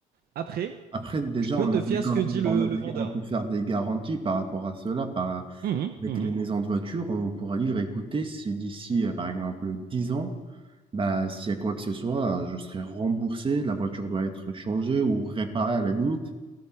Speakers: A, on the right; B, on the right.
A: Après,
B: Après, déjà,
A: tu peux
B: on
A: te
B: a des
A: fier à
B: gar-
A: ce que dit le,
B: on a des-
A: le vendeur.
B: on peut faire des garanties par rapport à cela, par
A: Mhm,
B: Avec
A: mhm.
B: les maisons de voiture, on pourra lire et écouter si d'ici, euh, par exemple, 10 ans, bah, s'il y a quoi que ce soit, euh, je serai remboursé, la voiture doit être changée ou réparée à la limite.